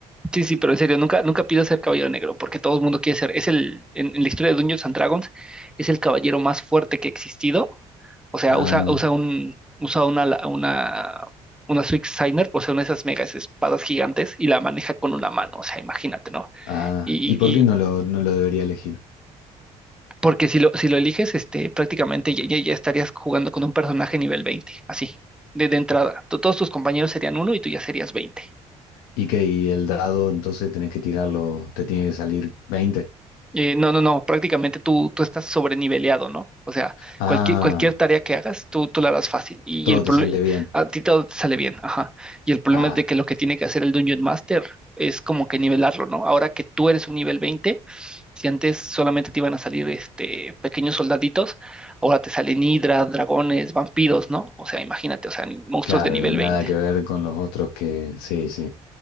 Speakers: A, in the centre; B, on the left.
A: Sí, sí, pero en serio, nunca, nunca pidas ser caballero negro, porque todo el mundo quiere ser. Es el, en, en la historia de Dungeons and Dragons, es el caballero más fuerte que ha existido. O sea,
B: Ah,
A: usa, usa un, usa una, la- una, una Schwarzenegger, o sea, una de esas megas espadas gigantes, y la maneja con una mano. O sea, imagínate, ¿no?
B: ah.
A: Y,
B: ¿Y
A: y,
B: por qué no
A: y-
B: lo, no lo debería elegir?
A: porque si lo, si lo eliges, este, prácticamente ya, ya- ya estarías jugando con un personaje nivel 20, así, de, de entrada. To- Todos tus compañeros serían uno y tú ya serías 20.
B: ¿Y qué? ¿Y el dado, entonces tenés que tirarlo, te tiene que salir veinte.
A: Eh, no, no, no, prácticamente tú, tú estás sobreniveleado, ¿no? O sea,
B: Ah,
A: cualquier, cualquier tarea que hagas, tú, tú la harás fácil y,
B: todo
A: y el
B: te
A: problema,
B: sale bien.
A: a ti todo te sale bien, ajá. Y el problema
B: Ah.
A: es de que lo que tiene que hacer el Dungeon Master es como que nivelarlo, ¿no? Ahora que tú eres un nivel 20, si antes solamente te iban a salir este, pequeños soldaditos, ahora te salen hidras, dragones, vampiros, ¿no? O sea, imagínate, o sea, monstruos
B: Claro,
A: de nivel
B: y nada
A: 20.
B: que ver con los otros que, sí, sí,